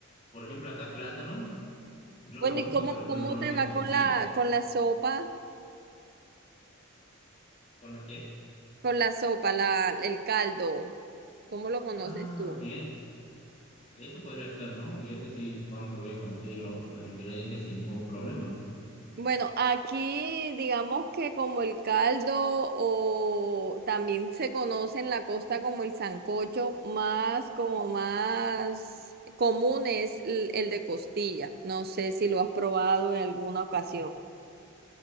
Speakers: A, on the left; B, on the right.
A: Por ejemplo, acá plátano, yo
B: Bueno,
A: conozco,
B: ¿y cómo,
A: pero por
B: cómo
A: ejemplo no
B: te
A: se
B: va
A: consigue.
B: con la, con la sopa?
A: ¿Con la qué
B: Con la sopa, la, el caldo. ¿Cómo lo conoces
A: Ah,
B: tú?
A: bien. Ese podría ser, ¿no? Porque ese sí, supongo que voy a conseguir los, los ingredientes sin ningún problema.
B: Bueno, aquí digamos que como el caldo o también se conoce en la costa como el sancocho, más como más común es l- el de costilla. No sé si lo has probado en alguna ocasión.